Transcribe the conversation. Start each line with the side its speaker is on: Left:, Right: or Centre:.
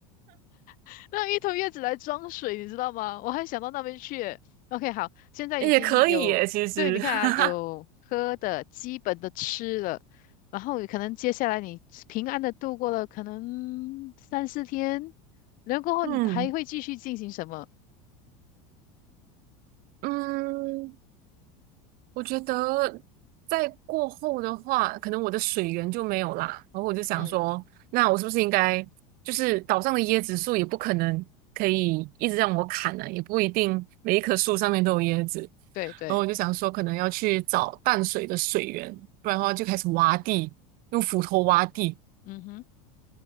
Left: <laughs> 那一头叶子来装水，你知道吗？我还想到那边去耶 OK，好，现在已经有，
Right: 也可以耶，其实。
Left: 对，你看啊，
Right: <laughs>
Left: 有喝的，基本的吃了，然后可能接下来你平安的度过了可能三四天，然后过后你还会继续进行什么？
Right: 嗯嗯，我觉得在过后的话，可能我的水源就没有啦。然后我就想说，
Left: 嗯，
Right: 那我是不是应该，就是岛上的椰子树也不可能可以一直让我砍呢、也不一定每一棵树上面都有椰子。
Left: 对对，
Right: 然后我就想说，可能要去找淡水的水源，不然的话就开始挖地，用斧头挖地。
Left: 嗯哼。